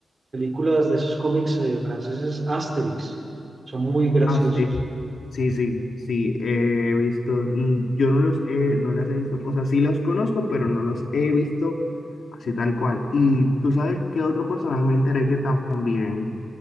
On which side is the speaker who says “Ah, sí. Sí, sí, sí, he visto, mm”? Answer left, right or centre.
Left